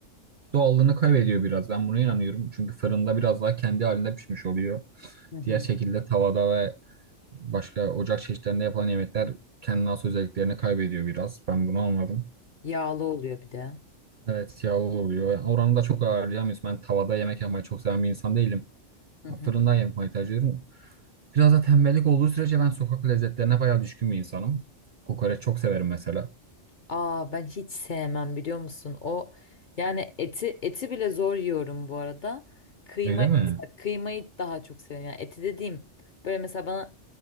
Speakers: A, on the right; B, on the left.
A: doğallığını kaybediyor biraz. Ben buna inanıyorum. Çünkü fırında biraz daha kendi halinde pişmiş oluyor.
B: Hı hı.
A: Diğer şekilde tavada ve başka ocak çeşitlerinde yapılan yemekler kendine has özelliklerini kaybediyor biraz. Ben bunu anladım.
B: Yağlı oluyor bir de.
A: Evet yağlı oluyor. Yani Oranı da çok ayarlayamıyoruz. Ben tavada yemek yapmayı çok seven bir insan değilim.
B: Hı hı.
A: Ya fırından yapmayı tercih ediyorum. Biraz da tembellik olduğu sürece ben sokak lezzetlerine bayağı düşkün bir insanım. Kokoreç çok severim mesela.
B: Aa ben hiç sevmem biliyor musun? O yani eti eti bile zor yiyorum bu arada. Kıyma
A: Öyle mi?
B: kıymayı daha çok seviyorum. Yani eti dediğim böyle mesela bana